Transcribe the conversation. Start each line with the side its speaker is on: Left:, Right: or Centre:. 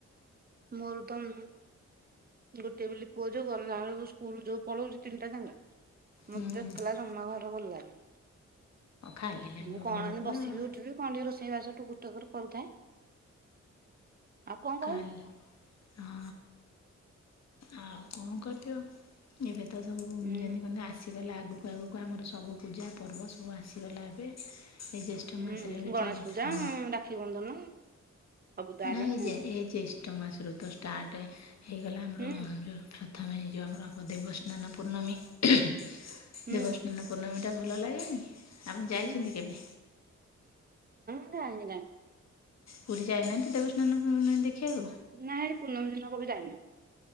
Right: ମର୍ଦମ ଗୋଟେ ବୋଲି ପୁଅ ଯଉ ଗଲା ବେଳକୁ ସ୍କୁଲ ଯୋଉ ପଳଉଛି ତିନିଟା ଜଙ୍ଗା ମତେ
Left: ହୁଁ
Right: ଦେିଲ ଜମା ଘର ଭଲ ଲାଗେ।
Left: ଖାଲି ଲାଗିବ
Right: ମୁଁ କଣ
Left: ଘର
Right: ଏ
Left: ପୁରା
Right: ବସିବି
Left: ହଁ।
Right: ଉଠିବି କଣ ଟିକେ ରୋଷେଇ ବାସ ଟୁକୁ ଟକର କରୁଥାଏ। ଆଉ କଣ କହିବି?
Left: କାଲି ହଁ ଆଉ କଣ କରିବ ଏବେ ତ ସବୁ
Right: ହୁଁ
Left: ଯେମିତି କିଲେ ଆସିଗଲା ଆଗକୁ ଆଗକୁ ଆମର ସବୁ ପୂଜା ପର୍ବ ସବୁ ଆସିଗଲା ଏବେ। ଏଇ ଜ୍ୟେଷ୍ଠ
Right: ହୁଁ
Left: ମାସରେ ଏବେ
Right: ଗଣେଶ
Left: ଚାଲି
Right: ପୂଜା
Left: ହଁ
Right: ରାକ୍ଷୀ ବନ୍ଧନ ସବୁ ତ ଆଇଲାଣି।
Left: ନାଇଁ ଏ ଯେ ଏଇ ଜେଷ୍ଟ ମାସ ଋ ତ ଷ୍ଟାର୍ଟ ହେଇଗଲା ଆମର
Right: ହୁଁ
Left: ଯଉ ପ୍ରଥମେ ହେଇଯିବ ଆମର ଦେବସ୍ନାନ ପୂର୍ଣ୍ଣମୀ ଦେବସ୍ନାନ
Right: ହୁଁ
Left: ପୂର୍ଣ୍ଣମୀଟା ଭଲ ଲାଗେନି ଆମ
Right: ହୁଁ
Left: ଯାଇଛନ୍ତି କେବେ?
Right: ଆ ନାଁ
Left: ପୁରୀ ଯାଇନାହାନ୍ତି ଦେବସ୍ନାନ ଦେଖିବାକୁ।
Right: ନା କୁନ ଦିନିନ କବ ଯାଇନି